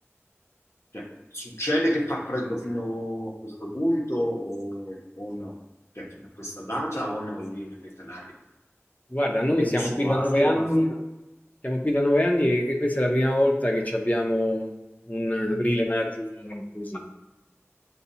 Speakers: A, on the left (about 65°); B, on the left (about 30°).
A: cioè, succede che fa freddo fino a questo punto o, o no? Cioè, fino a questa data o no lì nelle Canarie?
B: Guarda, noi
A: È
B: siamo
A: usuale?
B: qui da nove anni,
A: o-
B: siamo qui da nove anni e, e questa è la prima volta che ci abbiamo un aprile-maggio così.